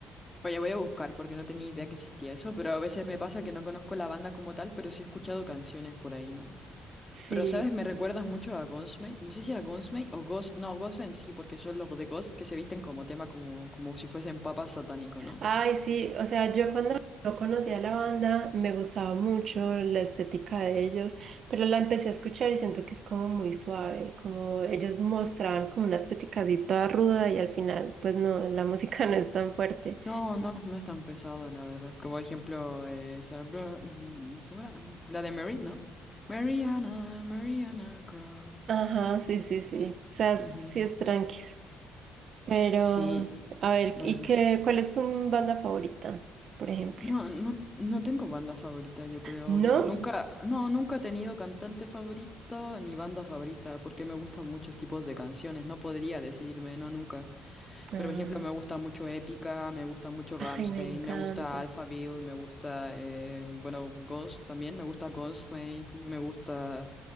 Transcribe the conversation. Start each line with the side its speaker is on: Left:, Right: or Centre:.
Left: Oye, voy a buscar porque no tenía idea que existía eso, pero a veces me pasa que no conozco la banda como tal, pero sí he escuchado canciones por ahí, ¿no?
Right: Sí.
Left: Pero, ¿sabes? Me recuerdas mucho a Ghostmate. No sé si era Ghostmate o Ghost. No, Ghost en sí, porque son los de Ghost que se visten como tema, como, como si fuesen papas satánico, ¿no?
Right: Ay, sí, o sea, yo cuando no conocía la banda me gustaba mucho la estética de ellos, pero la empecé a escuchar y siento que es como muy suave, como ellos mostraban como una estética así toda ruda y al final, pues no, la música <laughs> no es tan fuerte.
Left: No, no, es- no es tan pesada, la verdad. Como por ejemplo, eh, esa bla- mm, ¿cómo era? La de Mary, ¿no? Mariana, Mariana Cross.
Right: Ajá, sí, sí, sí, o sea, sí
Left: Ujú.
Right: es tranquis, pero
Left: Sí,
Right: a ver,
Left: la
Right: ¿y
Left: verdad.
Right: qué,
Left: sí.
Right: cuál es tu banda favorita, por ejemplo?
Left: No, no, no tengo banda favorita, yo creo.
Right: ¿No?
Left: Nunca, no, nunca he tenido cantante favorito ni banda favorita, porque me gustan muchos tipos de canciones. No podría decidirme, no, nunca.
Right: Ah,
Left: Pero, por ejemplo, me gusta mucho Épica, me gusta mucho Rammstein,
Right: ay, me encanta.
Left: me gusta Alphaville, me gusta, eh, bueno, Ghost también, me gusta Ghostmate, me gusta,